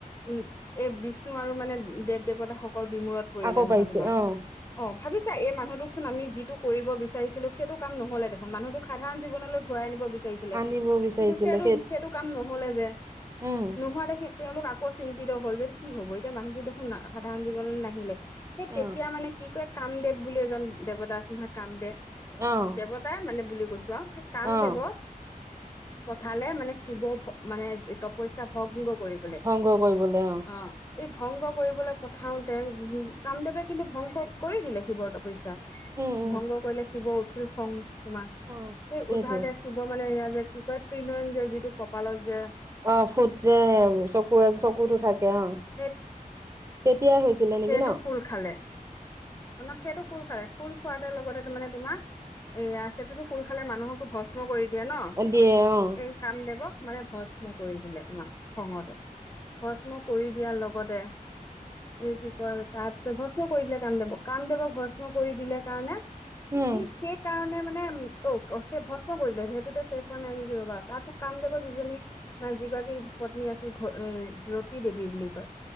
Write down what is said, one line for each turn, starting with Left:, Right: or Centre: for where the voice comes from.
Left: উম এ বিষ্ণু আৰু মানে দেৱ দেৱতাসকল বিমোৰ কৰিলে
Right: আকৌ
Left: নহয়
Right: পাইছে
Left: তোমাৰ
Right: অ',
Left: অ ভাবিছা এই মানুহটোক- চুন আমি যিটো কৰিব বিচাৰিছিলো সেইটো কাম নহ'লে দেখোন? মানুহটোক সাধাৰণ জীৱনলৈ ঘূৰাই আনিব বি তেইছিলে
Right: আনিব বিচাৰিছিলে
Left: কিন্তু সেইটো সেইটো কাম নহলে যে,
Right: উম,
Left: নোহোৱা দেখি তেওঁলোক আকৌ চিন্তিত হল যে কি হব এতিয়া মানুহতটো দেখোন সাধাৰণ জীৱনলৈ নাহিলে। সেই তেতিয়া
Right: অ',
Left: মানে কি কয় কামদেৱ বুলি এজন দেৱতা আছিল নহয় কামদেৱ
Right: অ',
Left: দেৱতাই মানে বুলি কৈছো আও সেই কাম
Right: অ',
Left: দেৱক পঠালে মানে শিৱ ভ মানে তপস্যা ভংগ কৰিবলে
Right: ভংগ কৰিবলে
Left: অ এই ভংগ কৰিবলৈ পঠাওতে উ কামদেৱে কিন্তু ভংগ কৰি দিলে শিৱৰ তপস্যা
Right: উম, উম,
Left: ভংগ কৰিলে শিৱৰ উঠিল খং তোমাৰ
Right: অ',
Left: সেই
Right: সেইটোৱে
Left: উঠাতে শিৱ মানে ইয়া যে কি কয় ত্ৰিনয়ন যে যিটো কপালত যে
Right: অ ফুট যে চকু চকুতো থাকে অ
Left: সেই
Right: তেতিয়াই হৈছিলে নেকি
Left: সেইটো
Right: ন?
Left: খোল খালে, অ ন সেইটো খোল খালে। খোল সোৱাদ লগতে তাৰমানে তোমাৰ এয়া সেইটোতো খোল খালে মানুহকো ভস্ম কৰি দিয়ে ন
Right: অ দিয়ে অ
Left: এই কাম দেৱক মানে ভস্ম কৰি দিলে তোমাৰ খঙতে ভস্ম কৰি দিয়াৰ লগতে এই কি কয় তাত তাপিছত ভস্ম কৰি দিলে কামদৱক। কামদৱক ভস্ম কৰি দিলে কাৰণে
Right: উম
Left: এই শেষ কাৰণে মানে অ সেই ভস্ম কৰিলে সেইটোতে শেষ হোৱা নাই নেকি ৰ'বা তাৰ কাম দেব যিজনী মান যিগৰাকী পত্নী আছিল ঘ ৰতি দেৱী বুলি কয়